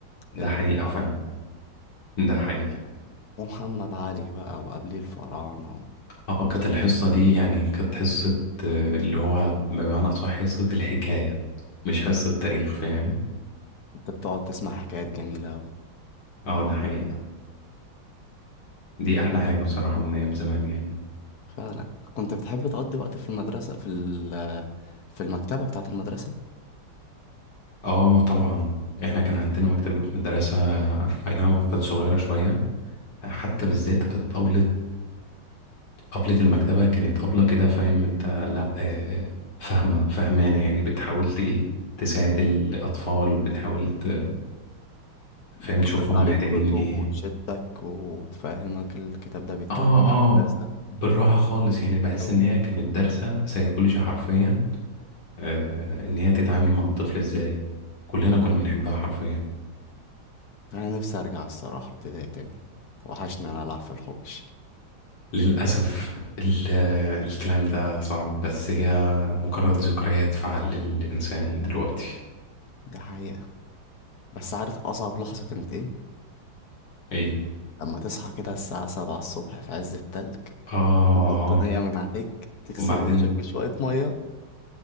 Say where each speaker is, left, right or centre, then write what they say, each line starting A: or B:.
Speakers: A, on the left (about 85°); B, on the left (about 55°).
A: ده
B: الاتنين
A: حقيقة
B: على
A: فعلا
B: بعض
A: ده حقيقة
B: ومحمد علي بقى وقبليه الفراعنة و...
A: اه كانت الحصة دي يعني كانت حصة آه، اللي هو بمعنى أصح حصة الحكاية مش حصة تاريخ فاهم
B: كنت بتقعد تسمع حكايات جميلة أوي
A: اه ده حقيقة دي أحلى حاجة بصراحة من أيام زمان يعني
B: فعلا كنت بتحب تقضي وقت في المدرسة في ال... في المكتبة بتاعة المدرسة
A: اه طبعا احنا كان عندنا مكتبة مدرسة أي نعم كانت صغيرة شوية حتى بالذات كانت أبلة طبلة المكتبة كانت طبلة كده فاهم انت لا آه، فاهمة فاهمانة يعني بتحاول ت- ايه تساعد الأطفال بتحاول ت-
B: بتعرض
A: فاهم تشوفهم
B: عليك
A: محتاجين
B: كتب
A: ايه
B: وتشدك وتفهمك الكتاب ده بيتكلم
A: اه اه
B: عن كذا
A: بالراحة خالص يعني بحس
B: أو
A: ان هي كانت دارسة سيكولوجي حرفيا آه ان هي تتعامل مع الطفل ازاي كلنا كنا بنحبها حرفيا
B: أنا نفسي أرجع الصراحة ابتدائي تاني وحشني أنا ألعب في الحوش
A: للأسف ال- الكلام ده صعب بس هي مجرد ذكريات في عقل الإنسان دلوقتي
B: ده حقيقة بس عارف أصعب لحظة كانت إيه؟
A: ايه
B: لما تصحى كده الساعة سبعة الصبح في عز التلج
A: اه
B: البطانية من عليك تغسل
A: وبعدين
B: وشك بشوية مية